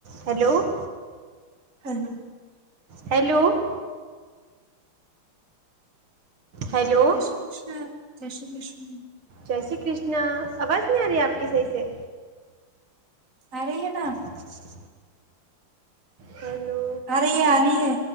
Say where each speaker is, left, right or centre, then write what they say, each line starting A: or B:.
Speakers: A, on the right; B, on the right.
A: Hello.
B: હા.
A: Hello. Hello
B: જય શ્રી કૃષ્ણ. જય શ્રી કૃષ્ણ.
A: જય શ્રી કૃષ્ણ. આવાજ ન આ રહી આપકી સહીસે.
B: આ ર હ ના
A: હા. હલો
B: આ રહી હે આ રહી હે